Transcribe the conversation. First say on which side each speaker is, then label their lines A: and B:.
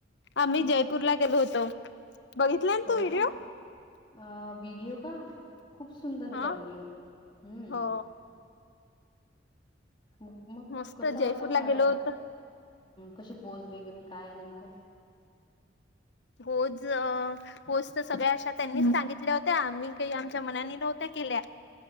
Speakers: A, on the left; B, on the left.
A: आम्ही
B: हा
A: जयपूरला गेलो होतो बघितला ना
B: हो
A: तू व्हिडिओ
B: का अ व्हिडिओ का खूप सुंदर
A: हा
B: होता व्हिडीओ हम्म
A: हो
B: मग मग
A: मस्त
B: कसा
A: जयपूरला
B: होता का
A: गेलो होतो
B: कशी बोज वगैरे काय नेमकं
A: होच. होस्त सगळ्या अशा त्यांनीच सांगितल्या होत्या आम्ही काही आमच्या मनानी नव्हत्या केल्या.